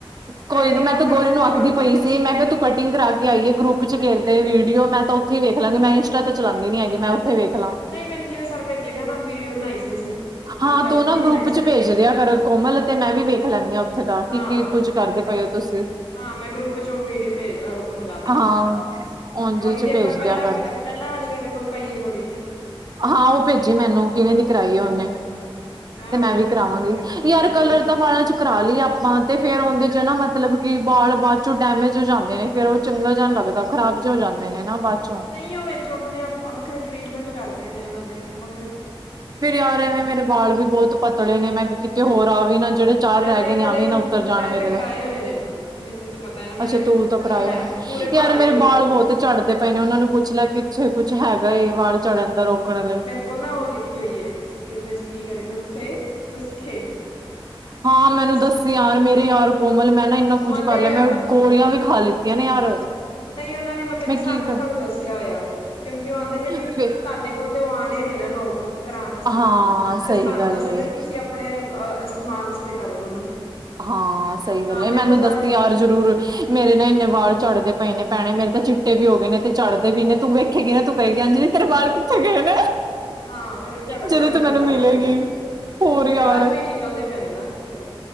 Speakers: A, on the right; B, on the left.
A: ਕੋਈ
B: ਤੇਰੀ
A: ਨੀ
B: ਉਹ
A: ਮੈਂ ਤੇ
B: ਕਟਿੰਗ
A: ਗੋਰੀ ਨੂੰ
B: ਕਰਵਾ
A: ਆਖਦੀ
B: ਦਾਂਗੀ
A: ਪਈ ਸੀ। ਮੈਂ ਕਿਹਾ ਤੂੰ ਕਟਿੰਗ ਕਰਾ ਕੇ ਆਈ ਏ ਗਰੁੱਪ ਚ ਘੇਰ ਤੇ ਵੀਡੀਓ ਮੈਂ ਤਾਂ ਉੱਥੇ ਵੇਖ ਲਾਂਗੀ, ਮੈਂ ਇੰਸਟਾ ਚਲਾਂਦੀ ਨੀ ਹੈਗੀ। ਵੇਖ ਲਾਂ
B: ਨਹੀਂ ਮੈਨੂੰ ਜਿਵੇਂ ਸਰ ਭੇਜੇਗਾ ਉਹ ਨੇ ਵੀਡੀਓ ਬਣਾਈ ਸੀ ਅਸੀਂ।
A: ਹਾਂ
B: ਚਾਚੀ
A: ਤੂੰ ਨਾ
B: ਦੀ ਬਣਾਈ
A: ਗਰੁੱਪ
B: ਸੀ
A: ਚ ਭੇਜਦੇ ਆ ਫ ਕੋਮਲ ਤੇ ਮੈਂ ਵੀ ਵੇਖ ਲੈਂਦੀ ਹਾਂ । ਉੱਥੇ ਦਾ
B: ਹਾਂ
A: ਕੀ ਕੀ ਕੁੱਝ ਕਰਦੇ ਪਏ ਹੋ ਤੁਸੀਂ
B: ਹਾਂ ਮੈਂ ਗਰੁੱਪ ਚ ਵੀਡੀਓ ਮੰਗਾ ਦਾਂਗੀ।
A: ਹਾਂ ਉਝ
B: ਗੋਰੀ
A: ਚ
B: ਦੀ
A: ਭੇਜ
B: ਇੱਕ ਵਾਰ ਪਹਿਲਾਂ
A: ਦਿਆ ਕਰ
B: ਪਹਿਲਾਂ ਵਾਲੀ ਮੇਰੇ ਕੋਲ ਪਈ ਹੈ ਗੋਰੀ ਦੀ।
A: ਹਾਂ ਉਹ ਭੇਜੀ ਮੈਨੂੰ ਕਿਵੇਂ ਦੀ ਕਰਾਈ ਹੈ ਉਹਨੇ।
B: ਹਾਂ
A: ਤੇ
B: ਹੁਣ
A: ਮੈਂ
B: ਮਤਲਬ
A: ਵੀ ਕਰਾਵਾਂਗੀ ਯਾਰ
B: ਇੱਕ ਦੋ
A: ਕਲਰ
B: ਵਿੱਚੋਂ
A: ਤਾਂ ਫਾਂ ਚ ਕਰਾ ਲਈ ਆਪਾਂ ਤੇ ਫੇਰ ਉਹਦੇ ਚ ਨਾ। ਮਤਲਬ ਕਿ ਬ ਬਾਅਦ ਚੋਂ ਡੈਮੇਜ ਹੋ ਜਾਂਦੇ ਨੇ ਫੇਰ ਉਹ ਚੰਗਾ ਜ ਜਾਣ ਲੱਗਦਾ ਖਰਾਬ ਜ ਹੋ ਜਾਂਦੇ ਨੇ ਨਾ। ਬਾਅਦ ਚੋਂ
B: ਨਹੀਂ ਉਹ ਵਿੱਚੋ ਆਪਣੇ ਆਪ ਵੱਖਰੇ ਟਰੀਟਮੈਂਟ ਕਰਦੇ ਨੇ ਉਹਨਾਂ ਦੇ ਵ।
A: ਫੇਿਰ ਆ ਰਹੇਵੇਂ ਮੇਰੇ ਬਾਲ ਵੀ ਬਹੁਤ ਪਤਲੇ ਨੇ ਮੈਂ ਕਿਤੇ ਹੋਰ ਆ ਵੀ। ਜਿਹੜੇ ਚਾਰ
B: ਮੈਂ
A: ਰਹਿ
B: ਤੇ
A: ਗਏ
B: ਆਪਣੇ
A: ਨੇ ਆ ਵੀ
B: ਤੇ
A: ਨਾ ਉੱਤਰ ਜਾਣ
B: ਮੈਂ
A: ਮੇਰੇ
B: ਤੇ ਕਰਾਏ
A: ਦਾ
B: ਹੋਏ ਨੇ ਨਾ ਮੈਨੂੰ ਤੇ ਪਤਾ ਹੈ ਨਾ ਮੇਰੇ
A: ਅੱਛਾ ਤੂੰ ਤਾਂ ਕਰਾਏ।
B: ਹੈ ਪੂਰੇ
A: ਯਾਰ
B: ਭਾਰੀ
A: ਮੇਰੇ
B: ਹੋ
A: ਬਾਲ
B: ਚੁੱਕੇ ਨੇ
A: ਬਹੁਤੇ ਚਝੜਦੇ ਪਏ ਨੇ ਉਹਨਾਂ ਨੂੰ ਪੁੱਛ ਲਿਆ ਕਿੱਥੇ ਕੁੱਛ ਹੈਗਾ। ਇਹ ਵਾਲ ਚੜ ਜਾਂਦਾ ਰੋਕਣ ਲਈ।
B: ਲ ਨਾ ਉਹ ਲਿਖੀ ਹੋਈ ਹੈ ਵੀ ਇਹਦੇ ਚ ਕੀ ਕਰੀ ਨੁਖਸੇ ਨੁਸਖੇ।
A: ਹਾਂ ਮੈਨੂੰ
B: ਨੁਸਖੇ
A: ਦੱਸ ਯਾਰ ਮੇਰੇ ਯਔਾਰ ਕੋਮਲ ਮੈਂ ਨਾ। ਮੈਂ
B: ਉਹ
A: ਕੁੱਝ
B: ਆਉਂਦੇ
A: ਕਰ
B: ਨੇ
A: ਲਿਆ ਮੈਂ
B: ਮਤਲਬ ਕਿ
A: ਗੋਲੀਆਂ ਵੀ ਖਾ ਲਿੱਤੀਆਂ ਨੇ ਯਾਰ।
B: ਨਹੀਂ ਉਹਨਾਂ ਨੇ ਮਤਲਬ
A: ਮੈਂ
B: ਕਿ ਸਾਨੂੰ
A: ਕੀ
B: ਸਾਨੂੰ ਦੱਸਿਆ ਹੋਇਆ ਉਹ ਕਿਉਂਕਿ ਉਹ ਕਹਿੰਦੇ ਨੇ
A: ਕਰਾਂ
B: ਵੀ ਤੁਹਾਡੇ ਕੋਲ ਤੇ ਉਹ ਨੇ ਨਾ ਲੋਕ ਕਰਾਉਣ ਵਾਤੇ
A: ਹਾਂ
B: ਸਿਰਫ
A: ਸਹੀ
B: ਤੁਹਾਨੂੰ
A: ਗੱਲ
B: ਦੱਸਣ
A: ਏ
B: ਡ ਤੁਸੀਂ ਆਪਣੇਹ ਇਸਤੇਮਾਲ। ਤੇ ਕਰੋ ਉਹਨੂੰ।
A: ਹਾਂ ਸਹੀ ਗੱਲ
B: ਹਾਂ ਮੇਰੇ
A: ਮੈਨੂੰ
B: ਕੋਲ ਸਾਰੇ
A: ਦੱਸੀ ਯਾਰ ਜ਼ਰੂਰ ਮੇਰੇ ਨਾਲ ਇੰਨੇ ਵਾਲ ਚੜ੍ਹਦੇ। ਪਏ ਨੇ ਪੈਣੇ ਮੇਰੇ ਤਾਂ ਚਿੱਟੇ ਵੀ ਹੋ ਗਏ ਨੇ ਤੇ ਚੜਦੇ ਵੀ ਨੇ ਤੂੰ ਵੇਖੇਗੀ ਨਾ ਤੂੰ ਕਹਿ ਗ ਹਾਂ ਤੇਰੇ ਬਾਲ ਕਿੱਥੇ ਗਏ ਨੇ।
B: ਹਾਂ ਫਿਰ ਉਹ ਝੜਨ
A: ਜਦੋਂ
B: ਦਾ ਮੈਂ
A: ਤੂੰ
B: ਤੁਹਾਨੂੰ
A: ਮੈਨੂੰ
B: ਦੱਸ
A: ਮਿਲੇਗੀ
B: ਦਾਂਗੀ।
A: ਹੋਰ ਯਾਰ
B: ਜੜ੍ਹਾਂ ਚੋਂ ਹੀ ਨਿਕਲਦੇ ਪੈਣੇ ਨਾ ਤੇਰੇ।